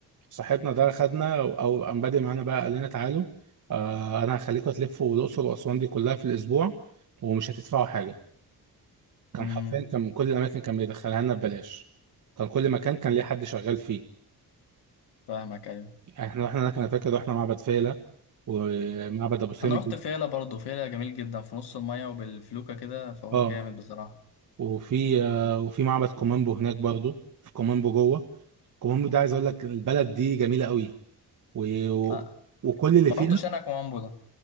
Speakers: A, on the right (about 50°); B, on the left (about 80°).
A: صاحبنا ده خدنا او قام بادئ معانا بقى قال لنا تعالوا آه انا هخليكم تلفوا الاقصر واسوان دي كلها في الاسبوع ومش هتدفعوا حاجه كان
B: امم
A: حرفيا كان من كل الاماكن كان بيدخلها لنا ببلاش كان كل مكان كان ليه حد شغال فيه
B: فاهمك ايوه
A: احنا رحنا هناك انا فاكر رحنا معبد فيلة ومعبد ابو سمبل
B: انا رحت فيلا برضه فيلا جميل جدا في نص المية وبالفلوكة كده فهو
A: اه
B: جامد بصراحة
A: وفي آه وفي معبد كومامبو هناك برضو في كومامبو جوه كومامبو ده عايز اقول لك البلد دي جميله قوي و... و...
B: آه.
A: وكل اللي
B: ما
A: فيها
B: رحتش انا كومامبو ده